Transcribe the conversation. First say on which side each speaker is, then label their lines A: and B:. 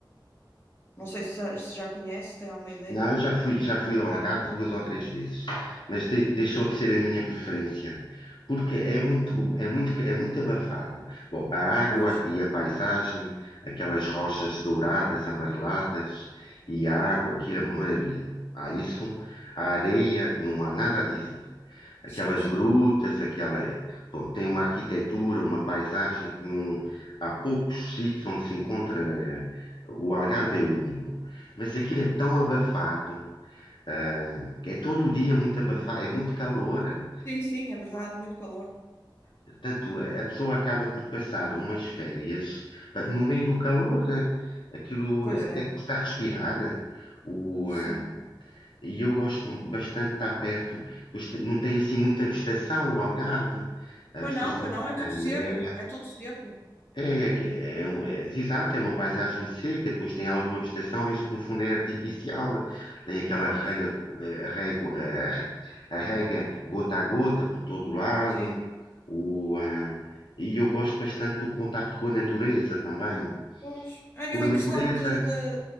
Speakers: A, on the left; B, on the left.
A: Não sei se, já se já conhece, se tem alguma ideia.
B: Não, eu já fui, já fui ao Algarve duas ou três vezes, mas de- deixou de ser a minha preferência, porque é muito, é muito, é muito abafado. Bom, a água
A: Pois,
B: e a paisagem, aquelas rochas douradas, amareladas, e a água, aquilo é uma maravilha. Há isso, a areia, não há nada a dizer. Aquelas
A: sim, sim.
B: grutas, aquela. Bom, tem uma arquitetura, uma paisagem que não. Há poucos sítios onde se encontra. eh, O Algarve é único. Mas aquilo é tão abafado, ah, que é todo o dia muito abafado, é muito calor.
A: Sim, sim, é verdade, muito calor.
B: Portanto, a a pessoa acaba por passar umas férias, ah, no meio do calor. Aquilo
A: Pois
B: até
A: é,
B: custa a respirar. O,
A: sim.
B: ah, E eu gosto bastante de estar perto, pois te- não tem assim muita vegetação o Algarve. A
A: Pois
B: vegetação
A: não, pois não,
B: que
A: é
B: tem
A: tudo seco,
B: é,
A: é tudo seco.
B: é, que- é, é um- é- exato, é uma paisagem seca, depois tem alguma vegetação, mas que no fundo é artificial. Tem aquela
A: Pois,
B: rega, co- eh, rego- eh, re- a rega gota a gota por todo o lado.
A: sim.
B: O, ah, e eu gosto bastante do contacto com a natureza também.
A: Pois, aí
B: Com
A: eu em
B: a natureza,
A: questão de, de-